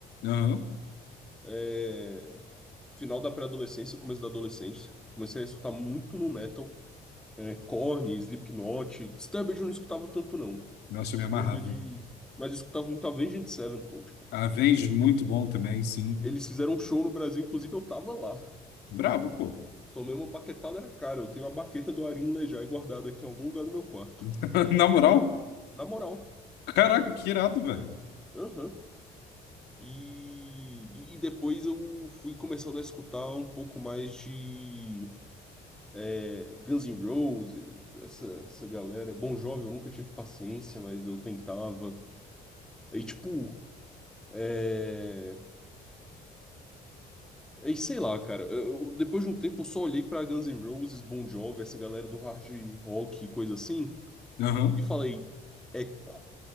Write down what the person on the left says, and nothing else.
Aham.
Nossa,
eu me amarrava.
Avenged, muito bom também, sim.
Brabo, pô.
<laughs> Na moral,
caraca, que irado, velho.
Aham.